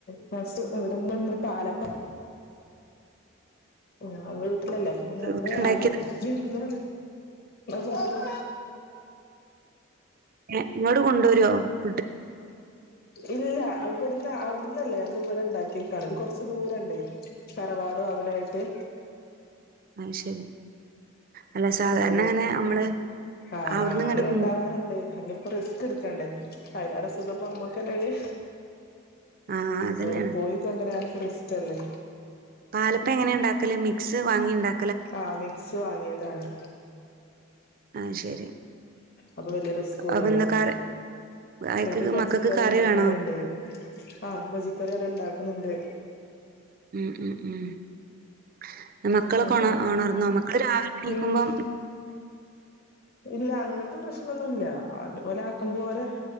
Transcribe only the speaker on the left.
ഫാസ്റ്റ് ഇവിടെന്താന്ന് പാലപ്പം ആഹ് വീട്ട്ലല്ലേ അപ്പപിന്നെ <unintelligible> എന്താണ്ള്ളത്
അതണ് തിന്നാ മതില്ലേ
ഇല്ല ഇവ്ടന്ന അവ്ട്ന്നല്ല ഞങ്ങള് ഇവടെ ഇണ്ടാക്കീക്കാണ് ഇത് കൊറച്ച് ദൂരണ്ടേ തറവാടും അവിടേ ആയിറ്റ്
അപ്പ
ആഹ്
ആഹ്
അങ്ങന
ഇണ്ടാവാർണ്ട് റിസ്ക് ഇട്ക്കണ്ടേ അയ്ലേറെസുഖപ്പൊ മ്മക്കന്നെല്ലേ
അവടെ പോയിക്കൊണ്ടരാനിപ്പോ റിസ്‌കല്ലേ
ആഹ് മിക്സ് വാങ്ങിയതാണ്
അപ്പൊ വല്ലേ റിസ്കൂല്ലല്ലോ
കറി ബജിക്കറി
ഇണ്ടാക്ക്ന്ന്ണ്ട്
ആഹ് ബജിക്കറി ഇവിടെ ഇണ്ടാക്ക്ന്ന്ണ്ട്
അപ്പ അങ്ങനെ
ഉം ഇല്ല അങ്ങനത്തെ പ്രശ്നൊന്നുല്ല അത് ഓല് ആക്കമ്പോലെ